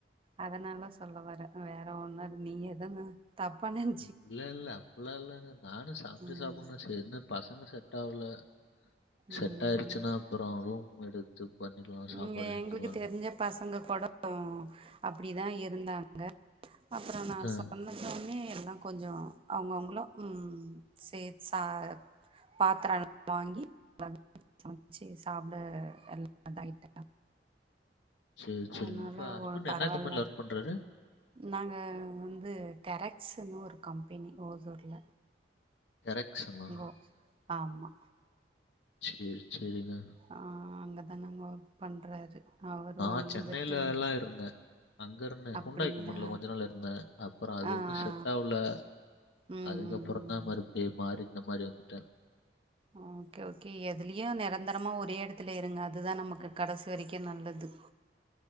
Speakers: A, on the right; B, on the left.
A: அதனால சொல்ல வர வேற ஒன்னு நீ எதுனு தப்பா நின்
B: இல்ல இல்ல அப்புல்லா இல்லங்க நானு சமச்சு
A: ம்
B: சாப்புனு சேரினிப் பசங்க செட் ஆவுல செட்
A: ம்
B: ஆயிடுச்சீனா அப்றோ ரூம் எடுத் ம் பண்ணிக்கலா
A: இங்க
B: சாப்பாடு எடுத்துக்கலானு
A: எங்களுக்கு தெரிஞ்ச பசங்க கூட அப்டி தா இருந்தாங்க அப்றோ நா
B: ஆ
A: சொன்ன சொன்னே எல்லா கொஞ்சோ அவங்கவுங்களு ம் சேத் சா பாத்திரெல்லா வாங்கி சமச்சு சாப்ட எல்லா இதா ஆயிட்டா
B: சேரி
A: அதனால
B: சேரிங்க இப்ப ஹஸ்பண்டு
A: ஒ பரவால்ல
B: என்ன கம்பெனில ஒர்க் பண்றாரு
A: நாங்க வந்து டெரக்ஸுனு ஒரு கம்பெனி ஓசூர்ல
B: டெரக்ஸ்ஸுனா
A: இங்கோ ஆமா
B: சேர் சேரிங்க
A: ஆ அங்க தா நாங்க ஒர்க் பண்றாரு அவரு
B: நா
A: வந்துட்டு
B: சென்னைலலா இருந்தே அங்கெருந்தே
A: அப்டிங்களா
B: ஹூண்டாய் கம்பெனில கொஞ்ச நாள் இருந்தே அப்றோ அது
A: ஆ
B: ஒன்னு
A: ஆ
B: செட்டாவுல
A: ம்
B: அதுக்கப்றோ
A: ம் ம்
B: தா மறுப்டியு மாறி இந்த மாரி வந்துட்டே
A: ஆ ஓகே ஓகே எதுலியு நெரந்தரமா ஒரே எடத்துலே இருங்க அதுதா நமக்கு கடைசி வரைக்கு நல்லது